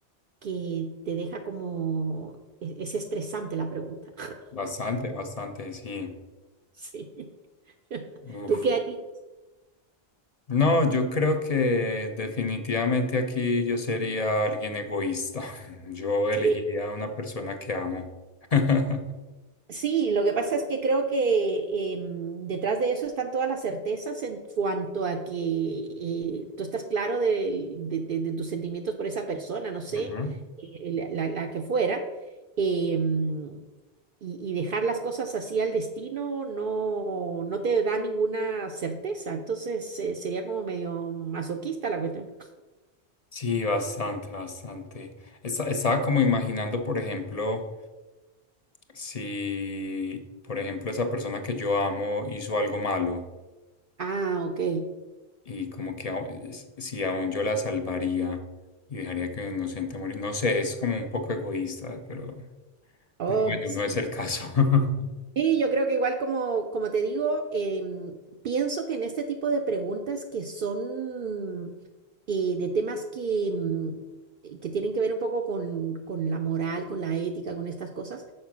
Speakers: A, on the right; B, on the left.
A: que te deja como... Es, es estresante la pregunta. <laughs>
B: Bastante, bastante, sí.
A: Sí. <laughs>
B: Uf.
A: ¿Tú qué harías?
B: No, yo creo que definitivamente aquí yo sería alguien egoísta. <laughs> Yo elegiría
A: Sí.
B: a una persona que amo. <laughs>
A: Sí, lo que pasa es que creo que em, detrás de eso están todas las certezas en cuanto a que eh, tú estás claro del- de, de- de tus sentimientos por esa persona, no sé,
B: Ujú.
A: eh, la, la- la que fuera, em, y, y dejar las cosas así al destino no, no te da ninguna certeza, entonces eh, sería como medio masoquista la cuestión.
B: Sí, bastante, bastante. Esta- estaba como imaginando, por ejemplo, si, por ejemplo, esa persona que yo amo hizo algo malo
A: Ah, ok.
B: y como que au- s- si aún yo la salvaría y dejaría que un inocente morir. No sé, es como un poco egoísta, pero,
A: Oh,
B: pero bueno,
A: sí.
B: no es el caso. <laughs>
A: Sí, yo creo que igual como, como te digo, em, pienso que en este tipo de preguntas que son eh, de temas que, mm, eh, que tienen que ver un poco con, con la moral, con la ética, con estas cosas,